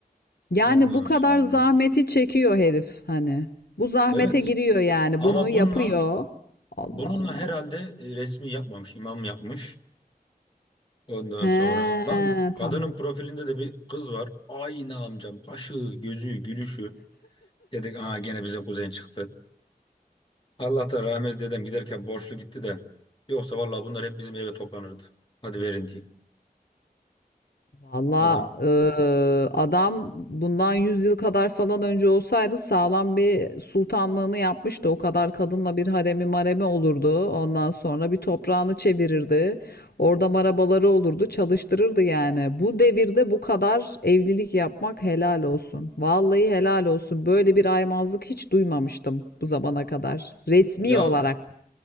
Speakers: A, on the left; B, on the left.
A: Yani
B: Ondan
A: bu kadar
B: sonra.
A: zahmeti çekiyor herif hani. Bu zahmete
B: Evet.
A: giriyor yani.
B: Ama
A: Bunu yapıyor.
B: bununla
A: Allah
B: bununla
A: Allah.
B: herhalde e, resmi yapmamış, imam yapmış. Ondan
A: He,
B: sonra lan kadının
A: tamam.
B: profilinde de bir kız var. Aynı amcam. Başı, gözü, gülüşü. Dedik aa gene bize kuzen çıktı. Allah da rahmet dedem giderken borçlu gitti de. Yoksa vallahi bunlar hep bizim eve toplanırdı. Hadi verin diye.
A: Valla
B: Adam
A: adam bundan 100 yıl kadar falan önce olsaydı sağlam bir sultanlığını yapmıştı. O kadar kadınla bir haremi maremi olurdu. Ondan sonra bir toprağını çevirirdi. Orada marabaları olurdu, çalıştırırdı yani. Bu devirde bu kadar evlilik yapmak helal olsun. Vallahi helal olsun. Böyle bir aymazlık hiç duymamıştım bu zamana kadar. Resmi
B: ya
A: olarak.